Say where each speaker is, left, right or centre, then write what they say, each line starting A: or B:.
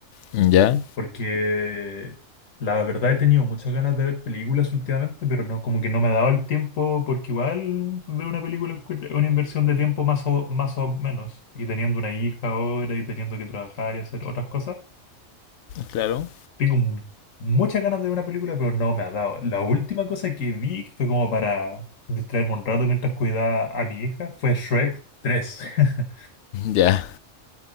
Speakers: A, on the left (about 70°); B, on the left (about 80°).
A: Ya.
B: Porque la verdad he tenido muchas ganas de ver películas últimamente, pero no, como que no me ha dado el tiempo, porque igual ver una película es una inversión de tiempo más o, más o menos. Y teniendo una hija ahora y teniendo que trabajar y hacer otras cosas.
A: Claro.
B: Tengo mu- muchas ganas de ver una película, pero no me ha dado. La última cosa que vi, que fue como para distraerme un rato mientras cuidaba a mi hija, fue Shrek 3. <laughs>
A: Ya.